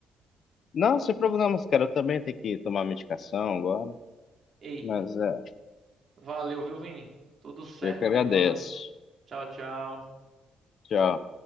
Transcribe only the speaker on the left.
Não, sem problemas, cara. Eu também tenho que tomar medicação agora.
Mas é,
eu que agradeço.
Tchau.